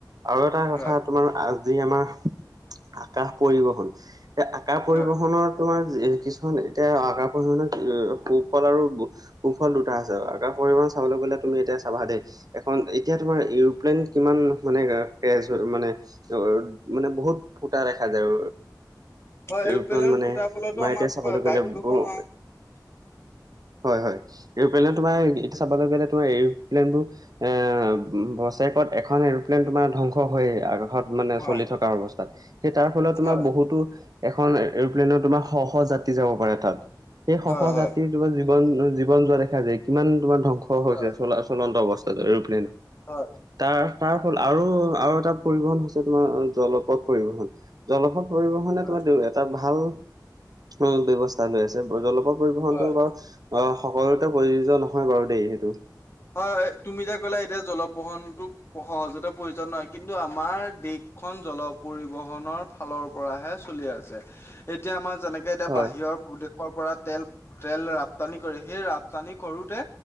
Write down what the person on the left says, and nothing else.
হয়,
হয়।
হয়,
ফুটাৰ ফলতো
আমাৰ
বায়ু
<inaudible>
হয়,
হয়,
হয়,
হয়,
হয়,
হয়।
হয়,
হয়।
হয় তুমি যে ক'লা এতিয়া জলপ্ৰসণটো সহজতে প্ৰয়োজন নহয় কিন্তু আমাৰ দেশখন জল পৰিবহনৰ ফালৰ পৰাহে চলি আছে, এতিয়া আমাৰ যেনেকে এতিয়া
বাহিৰৰ ভূ দেশৰ পৰা তেল তেল ৰপ্তানি কৰে, সেই ৰপ্তানি কৰোতে